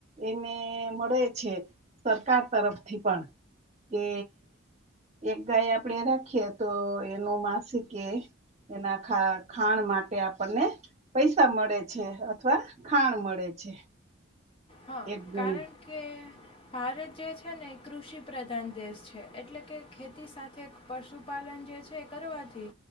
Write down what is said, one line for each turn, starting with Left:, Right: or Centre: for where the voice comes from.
Right: એને મળે છે, સરકાર તરફથી પણ કે એક ગાય આપણે રાખીએ તો એનું માસ કે એના ખાણ માટે કે આપણને પૈસા મળે છે અથવા ખાણ મળે છે.
Left: હા
Right: એક ગુણી
Left: કારણ કે ભારત જે છે ને એ કૃષિ પ્રધાન દેશ છે એટલે કે ખેતી સાથે પશુપાલન જે છે કરવાથી.